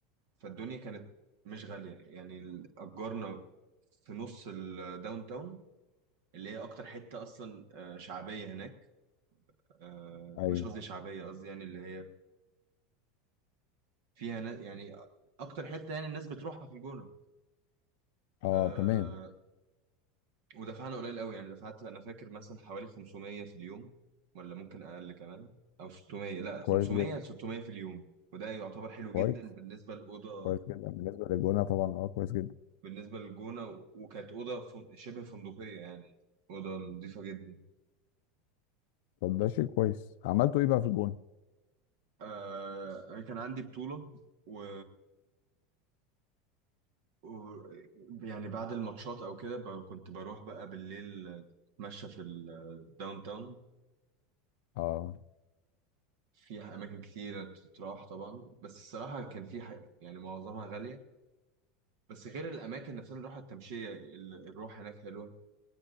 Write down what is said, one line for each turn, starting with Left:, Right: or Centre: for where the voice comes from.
Right: فالدنيا كانت مش غالية يعني ال- أجرنا في نص الداون تاون اللي هي أكتر حتة أصلا آه، شعبية هناك آه،
Left: ايوه
Right: مش قصدي اه شعبية قصدي يعني اللي هي فيها نا- يعني أكتر حتة يعني الناس بتروحها في الجونة
Left: اه
Right: آه،
Left: تمام
Right: ودفعنا قليل قوي يعني دفعت أنا فاكر مثلا حوالي 500 في اليوم ولا ممكن أقل كمان أو 600 لا
Left: كويس
Right: 500
Left: جدا
Right: 600 في اليوم وده يعتبر حلو
Left: كويس
Right: جدا بالنسبة للأوضة
Left: كويس جدا بالنسبه للجونه طبعا اه كويس جدا
Right: بالنسبة للجونة و- وكانت أوضة فن- شبه فندقية يعني أوضة نظيفة جدا
Left: طب ده شيء كويس عملتوا ايه بقى في الجونه
Right: آه أنا كان عندي بطولة و... و... يعني بعد الماتشات أو كده ب... كنت بروح بقى بالليل أتمشى في الداون تاون
Left: اه
Right: في أماكن كتيرة تتراح طبعا بس الصراحة كان في ح... يعني معظمها غالية بس غير الأماكن نفسها اللي راحة التمشية ال- الروح هناك حلوة